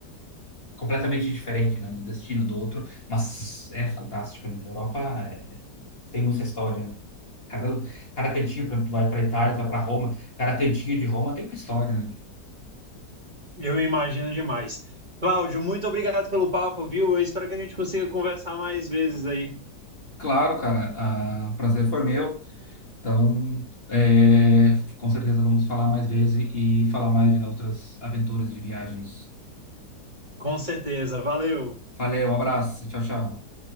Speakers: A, on the left; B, on the right.
A: completamente diferente, né? Um destino do outro, mas é fantástico, né? A Europa é- tem muita história, né? Cada, cada cantinho, por exemplo, tu vai para Itália, tu vai para Roma, cada cantinho de Roma tem uma história, né?
B: Eu imagino demais. Cláudio, muito obrigado pelo papo, viu? Eu espero que a gente consiga conversar mais vezes aí.
A: Claro, cara, o prazer foi meu. Então, é, com certeza vamos falar mais vezes e falar mais de outras aventuras de viagens.
B: Com certeza. Valeu.
A: Valeu, um abraço, tchau, tchau.